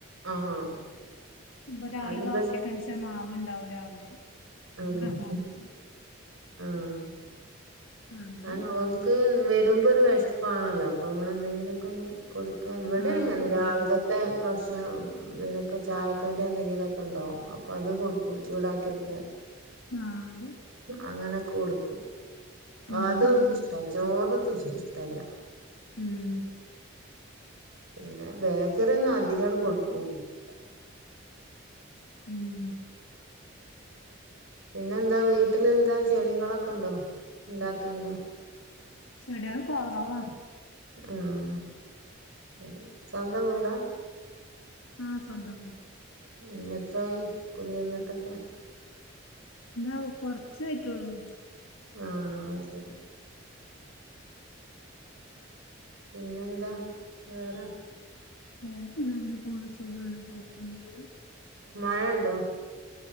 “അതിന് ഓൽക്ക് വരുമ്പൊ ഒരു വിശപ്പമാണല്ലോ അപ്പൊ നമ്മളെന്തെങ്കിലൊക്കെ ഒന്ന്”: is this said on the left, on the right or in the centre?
Right